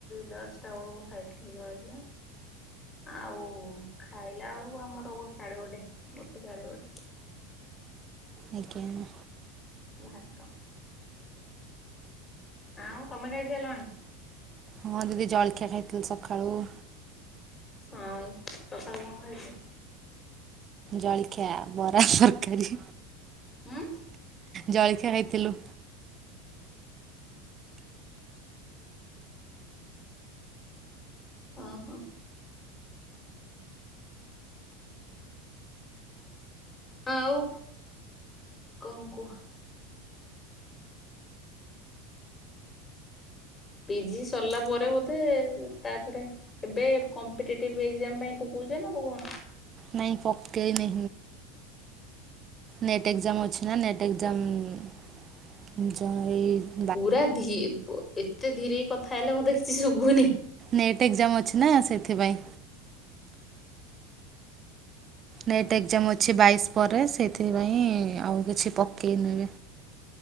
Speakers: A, on the left (about 20°); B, on the right (about 35°).
A: ଦଶଟା ବେଳକୁ ଖାଇଥିଲି ଜଳଖିଆ। ଆଉ ଖାଇଲା ବେଳକୁ ଆମର ସାଢ଼େ ଗୋଟେ ଗୋଟେ ସାଢ଼େ ଗୋଟେ।
B: ଆଜ୍ଞା।
A: ଭାତ। ଆଉ ତମେ ଖାଇ ସାରିଲଣି?
B: ହଁ ଦିଦି ଜଳଖିଆ ଖାଇଥିଲି ସକାଳୁ।
A: ହଁ ସକାଳେ କଣ ଖାଇଥିଲ?
B: ଜଳଖିଆ ବରା, ତରକାରୀ।
A: ହୁଁ।
B: ଜଳଖିଆ ଖାଇଥିଲୁ।
A: ଓ ହୋ। ଆଉ କଣ କୁହ? ପିଜି ସରିଲା ପରେ ବୋଧେ ତାପରେ ଏବେ କମ୍ପିଟେଟିଭ୍ ଏକ୍ଜାମ୍ ପାଇଁ ପକଉଛ ନା ପକଉନ?
B: ନାଇଁ ପକେଇନି। ନେଟ୍ ଏକ୍ଜାମ୍ ଅଛି ନା ନେଟ୍ ଏକ୍ଜାମ୍ <unintelligible>
A: ପୁରା ଧୀ ଏତେ ଧୀରେ କଥା ହେଲେ ମତେ କିଛି ଶୁଭୁନି।
B: ନେଟ୍ ଏକ୍ଜାମ୍ ଅଛି ନା ସେଥିପାଇଁ। ନେଟ୍ ଏକ୍ଜାମ୍ ଅଛି ବାଇଶି ପରେ ସେଇଥିପାଇଁ ଆଉ କିଛି ପକେଇନି।